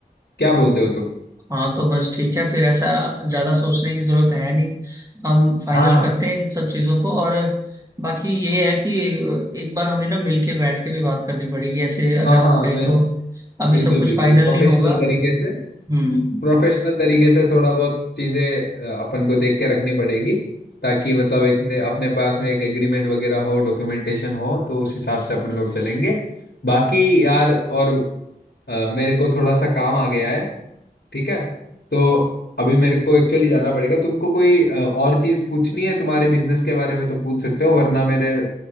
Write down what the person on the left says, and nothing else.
क्या बोलते हो तुम
हाँ हाँ
हाँ हाँ
मैं
बिल्कुल
बिल्कुल
प्रोफेशनल
तरीके से
प्रोफेशनल तरीके से थोड़ा बहुत चीजें अ, अपन को देख के रखनी पड़ेगी ताकि मतलब एक ने- अपने पास में एक एग्रीमेंट वगैरह हो डॉक्यूमेंटेशन हो तो उस हिसाब से अपन लोग चलेंगे बाकी यार और अ, मेरे को थोड़ा सा काम आ गया है ठीक है तो अभी मेरे को एक्चुअली जाना पड़ेगा तुमको कोई अ, और चीज पूछनी है तुम्हारे बिजनेस के बारे में तो पूछ सकते हो वरना मेरे अ,